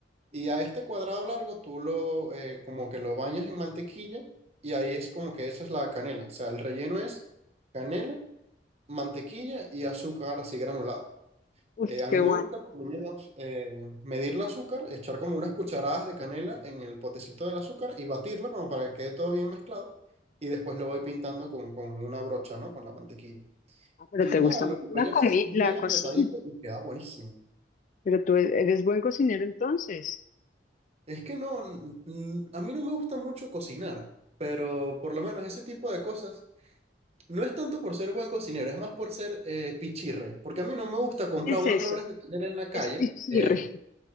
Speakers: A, on the right (about 35°); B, on the left (about 45°).
A: y a este cuadrado largo tú lo eh, como que lo bañas en mantequilla y ahí es como que esa es la canela. O sea, el relleno es canela, mantequilla y azúcar así granulado.
B: Uy,
A: Eh, a
B: qué
A: mí me
B: bueno.
A: gusta por lo menos eh, medir el azúcar, echar como unas cucharadas de canela en el potecito del azúcar y batirlo como para que quede todo bien mezclado y después lo voy pintando con, con una brocha, ¿no? Con la mantequilla.
B: Ah, pero
A: Y
B: te
A: nada,
B: gusta
A: lo
B: mucho
A: enrollas
B: la comida,
A: bien
B: la cocina.
A: apretadito y queda buenísimo.
B: Pero tú e- eres buen cocinero entonces.
A: Es que no, n- a mí no me gusta mucho cocinar, pero por lo menos ese tipo de cosas no es tanto por ser buen cocinero, es más por ser eh, pichirre, porque a mí no me gusta comprar
B: ¿Qué es
A: unos
B: eso?
A: roles de canela en la calle.
B: Es pichirre.
A: eh,
B: <laughs>